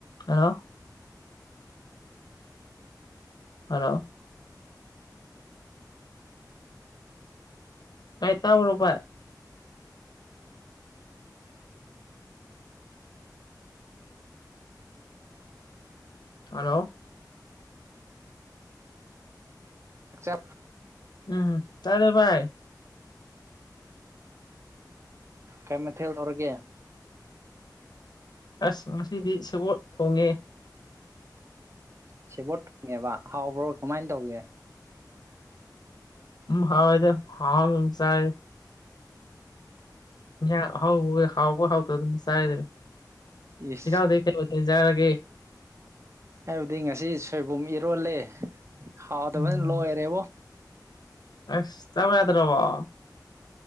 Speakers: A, on the left; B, on the right.
A: ꯍꯜꯂꯣ ꯍꯜꯂꯣ ꯥꯏ ꯇꯧꯔꯣ ꯚ ꯍꯂꯣ
B: ꯂꯆꯥ
A: ꯎꯝ ꯇꯔꯦꯚꯥꯏ
B: ꯀꯩ ꯃꯊꯦꯜ ꯇꯧꯔꯒꯦ
A: ꯑꯁ ꯉꯁꯤꯗꯤ ꯁꯕꯣꯠ ꯊꯣꯡꯉꯦ
B: ꯁꯤꯦꯕꯣꯠ ꯊꯣꯡꯉꯦꯕ ꯍꯥꯎꯕ꯭ꯔꯣ ꯀꯃꯥꯏꯅ ꯇꯧꯒꯦ
A: ꯍꯥꯎꯗ ꯍꯥꯎ ꯆꯥꯏ ꯍꯍꯥꯎꯕ ꯍꯥꯎꯕ ꯍꯥꯎꯇ ꯑꯗꯨꯝ ꯆꯥꯔꯗ
B: ꯏꯁ
A: ꯏꯅꯥꯎꯗꯒꯤꯩ ꯀꯩ ꯆꯥꯔꯒꯦ
B: ꯍꯥꯏꯕꯗꯤ ꯉꯁꯤ ꯁꯣꯏꯕꯨꯝ ꯏꯔꯣꯜꯂꯦ ꯍꯥꯎꯗꯕꯅ
A: ꯎꯝ
B: ꯂꯣꯏꯔꯦꯕꯣ
A: ꯑꯁ ꯆꯕꯅꯗ꯭ꯔ ꯋꯥ